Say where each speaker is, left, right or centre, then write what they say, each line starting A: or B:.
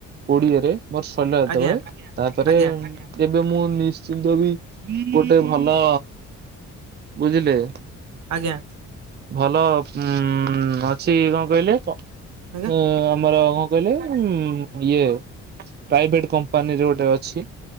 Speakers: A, on the right (about 35°); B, on the right (about 65°).
A: କୋଡିଏ ରେ ମର୍ ସରିଲା ଯେତବଳେ,
B: ଆଜ୍ଞା
A: ତାପରେ
B: ଆଜ୍ଞା।
A: ଏବେ, ମୁଁ ନିଶ୍ଚିନ୍ତ ବି ଗୋଟେ ଭଲ ବୁଝିଲେ?
B: ଆଜ୍ଞା
A: ଭଲ ଉଁ ଉଁ ଅଛି, କ'ଣ କହିଲେ?
B: ଆଜ୍ଞା
A: ଉଁ, ଆମର କ'ଣ କହିଲେ? ଉଁ ଇଏ ପ୍ରାଇଭେଟ୍ କମ୍ପାନୀରେ ଗୋଟେ ଅଛି,